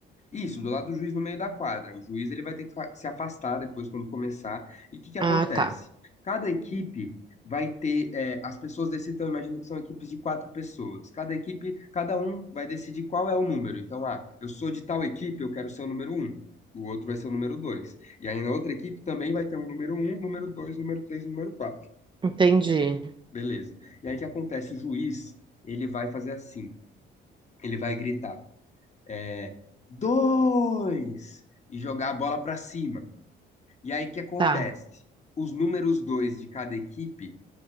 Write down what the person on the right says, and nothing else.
Ah, tá.
Entendi.
Tá.